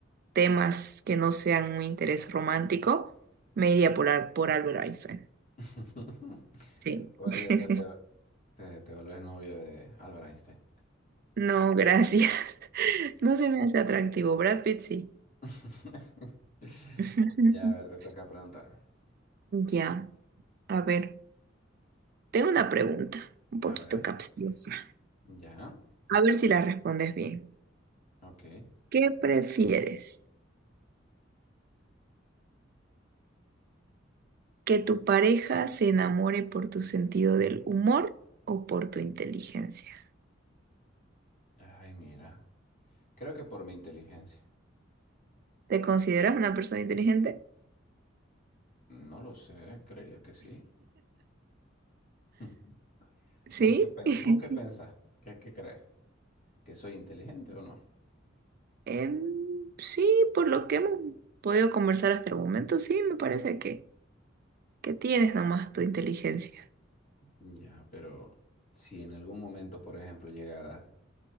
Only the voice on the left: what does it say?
<laughs>
Por
ahí después te, te, te vuelves novio de Albert Einstein.
<laughs>
Ya, a ver, te toca preguntar.
A ver,
ya,
ok.
Ay, mira. Creo que por mi inteligencia.
No lo sé, creería que sí. <laughs>
¿Vos qué pensás?
¿Vos qué pensás? ¿Qué, qué crees? ¿Que soy inteligente o no?
Ya, pero si en algún momento, por ejemplo, llegaras